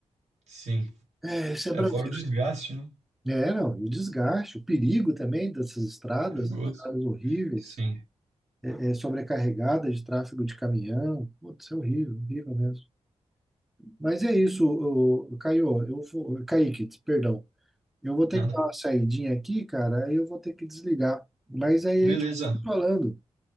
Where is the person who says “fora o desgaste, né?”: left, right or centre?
Right